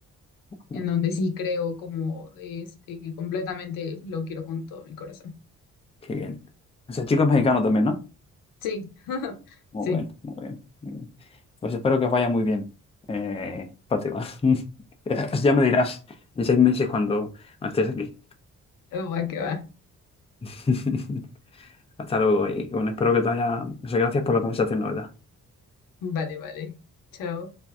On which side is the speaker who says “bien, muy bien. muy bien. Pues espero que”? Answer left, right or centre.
Left